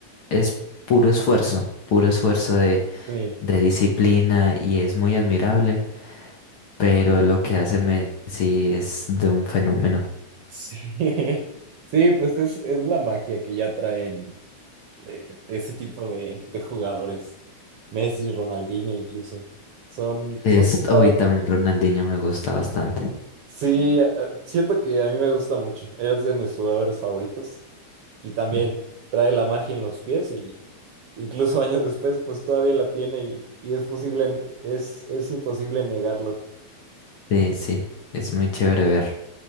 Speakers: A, on the left; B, on the right.
A: es puro esfuerzo, puro esfuerzo de,
B: Sí.
A: de disciplina y es muy admirable, pero lo que hace Messi es de un fenómeno.
B: Sí, <laughs> sí, pues es, es la magia que ya traen eh, ese tipo de, de jugadores. Messi, Ronaldinho incluso. Son,
A: Es,
B: son jugadores
A: hoy también Ronaldinho me gusta bastante.
B: Sí, eh, eh, siento que a mí me gusta mucho. Es de mis jugadores favoritos. Y también
A: Mm.
B: trae la magia en los pies y incluso <laughs> años después, pues todavía la tiene y, y es posible, n- es, es imposible negarlo.
A: Sí, sí, es muy chévere ver.